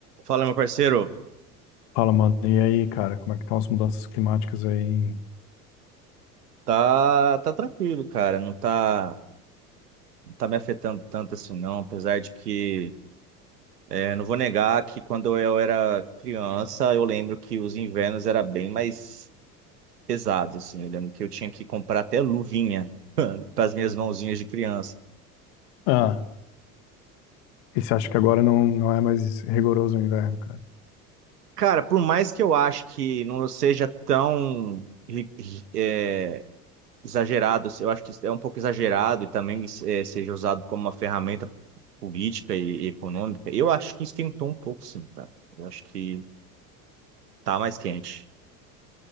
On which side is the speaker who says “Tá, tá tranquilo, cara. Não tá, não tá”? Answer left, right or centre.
Right